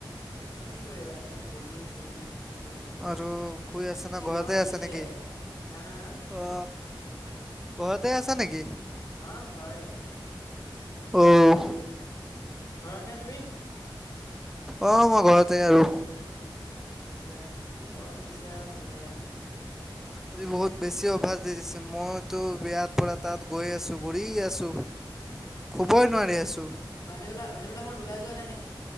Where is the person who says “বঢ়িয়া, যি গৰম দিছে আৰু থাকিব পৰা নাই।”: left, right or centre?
Left